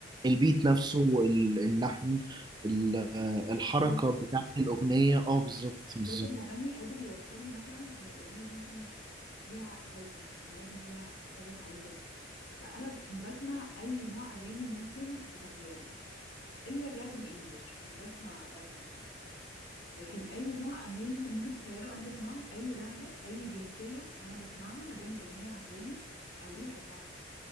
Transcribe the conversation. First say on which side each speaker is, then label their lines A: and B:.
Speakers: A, on the right (about 20°); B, on the left (about 65°).
A: البيت نفسه ال- اللحن ال- آه،
B: احساس
A: الحركه بتاعت الاغنيه اه بالظبط
B: احساس
A: بالظبط
B: المغني قادر يوصل لي مثلا ان الاغنيه دي مثلا فيها حزن الاغنيه دي فيها حاجه سعيده فانا بسمع اي نوع اغاني ممكن تتخيله الا الراب الانجليش مش بسمع راب انجليش الصراحه لكن اي نوع اغاني انت ممكن تخيله انا بسمعه اي لهجه اي جنسيه انا بسمعها ما دام الاغنيه عجباني او ليها ايقاع حلو